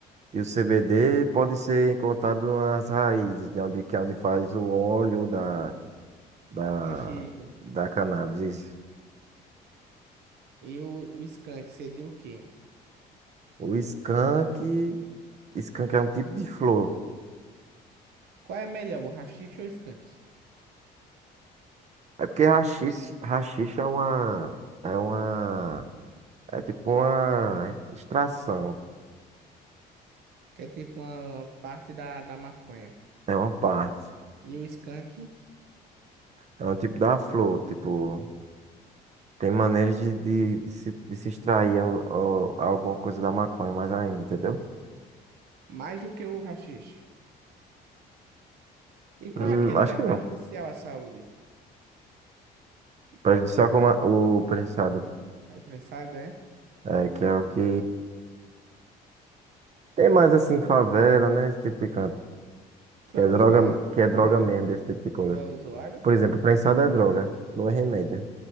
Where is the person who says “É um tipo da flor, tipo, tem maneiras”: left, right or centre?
Right